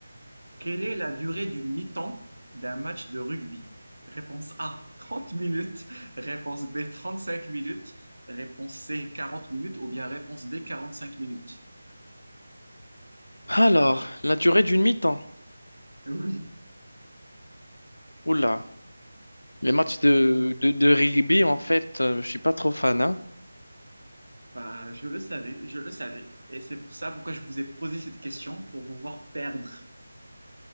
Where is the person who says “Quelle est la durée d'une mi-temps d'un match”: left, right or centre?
Right